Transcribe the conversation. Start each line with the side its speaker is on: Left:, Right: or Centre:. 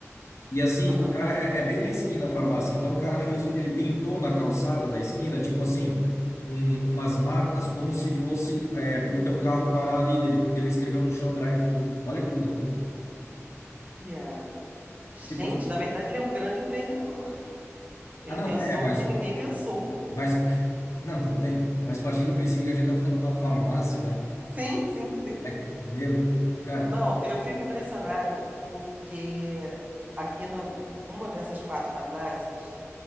Left: E assim,
Right: Aham.
Left: o cara é, é bem na esquina a farmácia. Então o cara fez, ele pintou na calçada da esquina, tipo assim, um- umas marcas, como se fosse é, pro teu carro parar ali. Dele, dele escreveu no chão drive-thru. Olha que filho da puta.
Right: Yeah. Gente,
Left: Tipo, assim,
Right: na verdade, ele é um grande empreendedor. Ele
Left: ah não,
Right: pensou
Left: é, mas,
Right: o que ninguém pensou.
Left: mas, <laughs> não, tudo bem. Mas partindo do princípio que a gente tá falando de uma farmácia, né?
Right: Sim, sim, sim.
Left: É, meu, cara,
Right: Não, eu fico impressionada porque aqui na uma dessas quatro farmácias